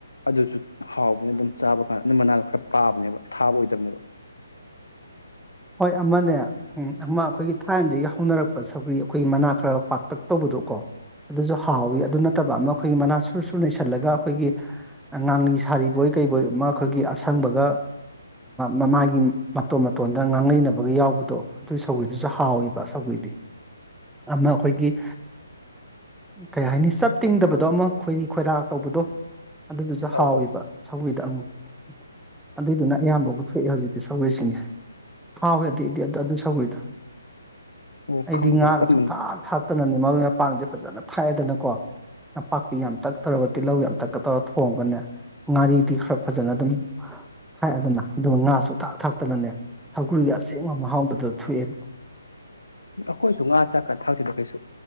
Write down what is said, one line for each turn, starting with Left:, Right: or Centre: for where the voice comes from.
Left: ꯑꯗꯨꯁꯨ ꯍꯥꯎꯕꯅꯦ ꯑꯗꯨꯝ ꯆꯥꯕ ꯀꯥꯟꯗ ꯑꯗꯨ ꯃꯅꯥꯗꯣ ꯈꯔ ꯄꯥꯕꯅꯦꯕ ꯊꯥꯕ ꯑꯣꯏꯗꯕꯅꯦꯕ
Centre: ꯍꯣꯏ ꯑꯃꯅꯦ ꯎꯝ ꯑꯃ ꯑꯩꯈꯣꯏꯒꯤ ꯊꯥꯏꯅꯗꯒꯤ ꯍꯧꯅꯔꯛꯄ ꯁꯒꯔꯤ ꯑꯩꯈꯣꯏꯒꯤ ꯃꯅꯥ ꯈꯔ ꯄꯥꯛꯇꯛ ꯇꯧꯕꯗ ꯑꯗꯨ ꯀꯣ ꯑꯗꯨꯁꯨ ꯍꯥꯎꯋꯤ ꯑꯗꯨ ꯅꯠꯇꯕ ꯑꯃ ꯑꯩꯈꯣꯏꯒꯤ ꯃꯅꯥ ꯁꯨꯔ ꯁꯨꯔ ꯂꯩꯩꯁꯜꯂꯒ ꯑꯩꯈꯣꯏꯒꯤ ꯉꯥꯡꯂꯤ ꯁꯥꯔꯤꯕꯣꯏ ꯀꯩꯔꯤꯕꯣꯏ ꯑꯃ ꯑꯩꯈꯣꯏꯒꯤ ꯑꯁꯪꯕꯒ ꯃꯃꯥꯒꯤ ꯃꯇꯣꯟꯝ ꯃꯇꯣꯟ ꯗꯪ ꯉꯥꯡꯉꯩꯅꯕꯒ ꯌꯥꯎꯕꯗꯣ ꯑꯗꯨꯒꯤ ꯁꯧꯒ꯭ꯔꯤꯗꯨꯁꯨ ꯍꯥꯎꯏꯕ ꯁꯧꯒ꯭ꯔꯤꯗꯤ ꯑꯃ ꯑꯩꯈꯣꯏꯒꯤ ꯀꯩ ꯍꯥꯏꯅꯤ ꯆꯞ ꯇꯤꯡꯗꯕꯗꯣ ꯑꯃ ꯈꯣꯏꯔꯤ ꯈꯣꯏꯔꯥ ꯇꯧꯕꯗꯣ ꯑꯗꯨꯗꯨꯁꯨ ꯍꯥꯎꯋꯕ
Left: ꯑꯧ ꯑꯧ
Centre: ꯁꯧꯤꯗ ꯑꯃꯉꯨ ꯑꯗꯨꯏꯗꯨꯅ ꯑꯌꯥꯝꯕꯕꯨ ꯊꯣꯛꯑꯦ ꯍꯧꯖꯤꯛꯇꯤ ꯁꯒꯣꯏꯁꯤꯡꯁꯦ ꯍꯥꯎꯕꯗꯤ ꯏꯗꯤ ꯑꯗꯨ ꯑꯗꯨ ꯑꯗꯨ ꯁꯒꯣꯏꯗ
Left: ꯑꯣ
Centre: ꯑꯩꯗꯤ
Left: ꯈꯪꯗꯕ
Centre: ꯉꯥꯒ
Left: ꯀꯔꯝꯕꯅ
Centre: ꯁꯨꯛ ꯊꯥꯛ ꯊꯥꯛꯇꯅꯅꯤ ꯃꯔꯣꯏ ꯃꯄꯥꯡꯁꯦ ꯐꯖꯅ ꯊꯥꯏꯑꯗꯅꯀꯣ ꯅꯄꯥꯛꯄꯤ ꯌꯥꯝ ꯇꯛ ꯇꯧꯔꯒ ꯇꯤꯜꯍꯧ ꯌꯥꯝ ꯆꯛꯀ ꯇꯧꯔꯒ ꯊꯣꯡꯕꯅꯦ ꯉꯥꯔꯤꯗꯤ ꯈꯔ ꯐꯖꯅ ꯑꯗꯨꯝ ꯊꯥꯛꯑꯗꯅ ꯑꯗꯨꯒ ꯉꯥꯁꯨ ꯊꯥꯛ ꯊꯥꯛꯇꯅꯅꯦ ꯁꯒꯔꯤꯒꯤ ꯑꯁꯦꯡꯕ ꯃꯍꯥꯎꯕꯗ ꯊꯣꯛꯑꯦꯕ
Left: ꯑꯩꯈꯣꯏꯁꯨ ꯉꯥ ꯆꯥꯛꯀ ꯊꯥꯎꯗꯗ ꯀꯩꯁꯨ